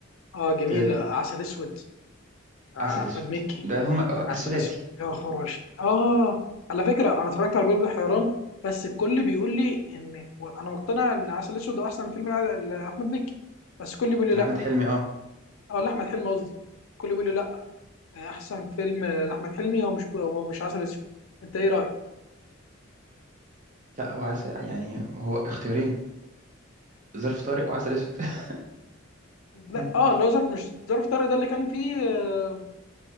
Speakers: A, on the left; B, on the right.
A: اه جميله
B: ت...
A: عسل اسود آه،
B: عسل
A: احمد
B: اسود
A: مكي
B: ده هم
A: عسل
B: الثلاثي
A: اسود يا خراشي اه على فكره انا اتفرجت على قلب الحيران بس الكل بيقول لي ان انا مقتنع ان عسل اسود هو احسن فيلم لاحمد مكي بس الكل بيقول لي
B: من
A: لا
B: احمد حلمي اه
A: اه لاحمد حلمي قصدي الكل بيقول لي لا احسن فيلم لاحمد حلمي هو مش هو مش عسل اسود انت ايه رايك
B: لا هو عسل يعني هو اختيارين ظرف طارق وعسل اسود <laughs>
A: لا
B: يعني
A: اه اللي هو ظرف مش ظرف طارق ده اللي كان فيه آه،